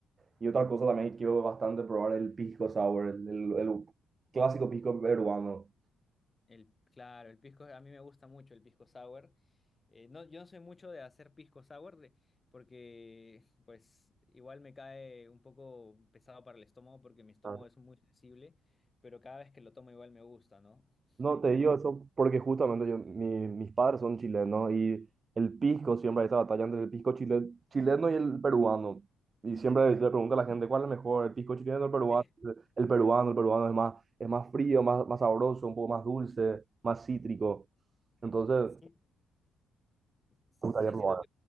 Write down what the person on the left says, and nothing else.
El, claro, el pisco, a mí me gusta mucho el pisco sour. Eh, no, yo no soy mucho de hacer pisco sour de- porque pues igual me cae un poco pesado para el estómago porque mi estómago
es muy sensible, pero cada vez que lo tomo igual me gusta, ¿no?
Entonces,
<laughs>
sí,
sí,
sí,
sí, no,